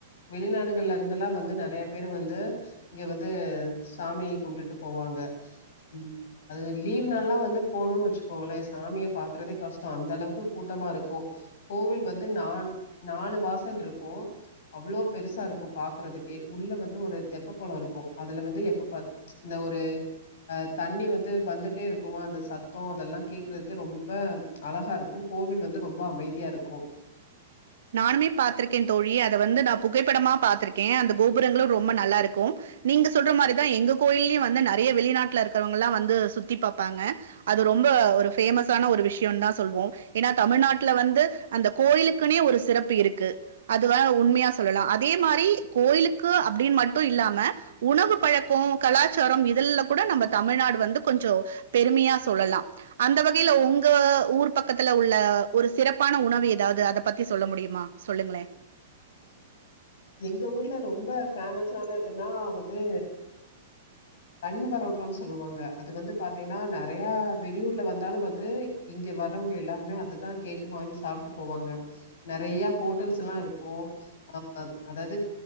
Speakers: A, on the left; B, on the right.
A: வெளிநாடுகள்ல இருந்துதெல்லாம் வந்து நறைய பேரு வந்து இங்க வந்து சாமி கும்டுட்டு போவாங்க உம் அது லீவ் நள் எல்லாம் வந்து போணும்ன்னு வச்சுக்கோங்களே சாமிய பாக்குறதே கஷ்ட அந்த அளவுக்கு கூட்டமா இருக்கும் கோவில் வந்து நான் நாலு வாசல் இருக்கும் அவ்ளோ பெருசா இருக்கும் பாக்குறதுக்கே உள்ள வந்து ஒரு தெப்ப குளம் இருக்கும் அதுல வந்து எப்பப்ப இந்த ஒரு அஹ் தண்ணி வந்து வந்துட்டே இருக்குமா அந்த சத்தம் அதெல்லாம் கேக்குறதுக்கே ரொம்ப அழகா இருக்கும் கோவில் வந்து ரொம்ப அமைதியா இருக்கும்
B: நானு பாத்திருக்கேன் தோழி அதை வந்து நான் புகைப்படமா பாத்திருக்கேன் அந்த கோபுரங்களும் ரொம்ப நல்லா இருக்கும் நீங்க சொல்ற மாரிதான் எங்க கோயிலயும் வந்து நறைய வெளிநாட்டுல இருக்கிறவங்க எல்லாம் வந்து சுத்தி பாப்பாங்க அது ரொம்ப ஒரு பேமஸான ஒரு விஷயம்னு தான் சொல்லுவோம் ஏன்னா தமிழ்நாட்டுல வந்து அந்த கோயிலுக்குனே ஒரு சிறப்பு இருக்கு அது உண்மையா சொல்லலாம் அதே மாரி கோயிலுக்கு அப்டின்னு மட்டும் இல்லாம உணவு பழக்கம் கலாச்சாரம் இதாம் கூட நம்ம தமிழ்நாடு வந்து கொஞ்சம் பெருமையா சொல்லலாம் அந்த வகைல உங்க ஊர் பக்கத்துல உள்ள ஒரு சிறப்பான உணவு ஏதாவது அதை பத்தி சொல்ல முடியுமா சொல்லுங்களே
A: எங்க ஊர்ல ரொம்ப ஃபேமஸானதுனா வந்து பண் பரோட்டானு சொல்வாங்க அது வந்து பாத்தீங்கன்னா நிறைய வெளியூர்ல வந்தாலும் வந்து இங்க வர்றவுங்க எல்லாருமே அதுதான் கேட்டு வாங்கி சாப்டு போவாங்க நறைய ஹோட்டல்ஸ்லாம் இருக்கும் அஹ் அதாவது